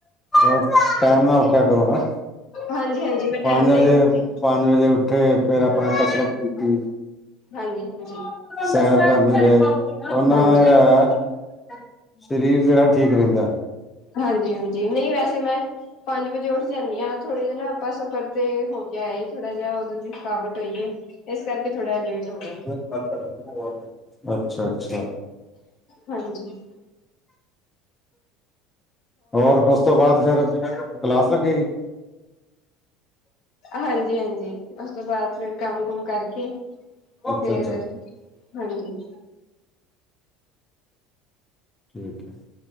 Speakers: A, on the left (about 20°); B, on the left (about 60°).
A: ਇਕੱਠਾ ਕਰੋ <unintelligible> ਨਾ
B: ਹਾਂਜੀ-ਹਾਂਜੀ, ਮੈਂ
A: ਪੰਜ
B: ਟਾਈਮ ਨਾਲ
A: ਵਜੇ
B: ਹੀ ਉੱਠਦੀ,
A: ਪੰਜ ਵਜੇ ਓਥੇ ਫੇਿਰ ਆਪਣਾ ਕਸਰਤ ਕੀਤੀ
B: ਹਾਂਜੀ-ਹਾਂਜੀ,
A: ਸੈਰ ਕਰਨ ਗਏ ਉਹਨਾਂ
B: ਹਾਂਜੀ।
A: <unintelligible> ਸਰੀਰ ਜਿਹੜਾ ਠੀਕ ਰਹਿੰਦਾ
B: ਹਾਂਜੀ ਹਾਂਜੀ ਨਹੀਂ ਵੈਸੇ ਮੈਂ ਪੰਜ ਵਜੇ ਉੱਠ ਜਾਂਦੀ ਹਾਂ ਥੋੜ੍ਹੇ ਜਿਹੇ ਨਾ ਆਪਾਂ ਸਫ਼ਰ ਤੇ ਹੋ ਕੇ ਆਏ ਥੋੜਾ ਜਿਹਾ ਉਦੋਂ ਦੀ ਥਕਾਵਟ ਹੋਈਏ ਇਸ ਕਰਕੇ ਥੋੜਾ ਲੇਟ ਹੋ ਗਏ,
A: <unintelligible> ਅੱਛਾ ਅੱਛਾ
B: ਹਾਂਜੀ
A: ਹੋਰ ਉਸ ਤੋਂ ਬਾਅਦ ਫਿਰ ਕਲਾਸ ਲੱਗੇ ਜੀ
B: ਹਾਂਜੀ ਹਾਂਜੀ ਉਸ ਤੋਂ ਬਾਅਦ ਕੰਮ ਕੁਮ ਕਰਕੇ
A: ਅੱਛਾ
B: ਫਿਰ
A: ਅੱਛਾ
B: ਹਾਂਜੀ
A: ਠੀਕ ਹੈ